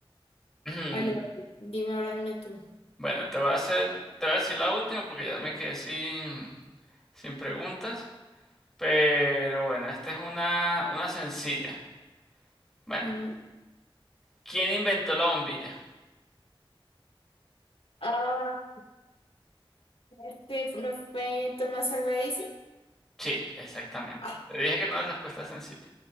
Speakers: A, in the centre; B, on the left.
A: <clears throat>
B: Vale, vale. Dime ahora una tú.
A: Bueno, te voy a hacer, te voy a decir la última porque ya me quedé sin, sin preguntas. Pero bueno, esta es una, una sencilla. Bueno,
B: Ujú.
A: ¿quién inventó la bombilla?
B: Ah, este no fue Tomás Albaíza.
A: Sí, exactamente.
B: Ah,
A: Te dije que era una respuesta sencilla.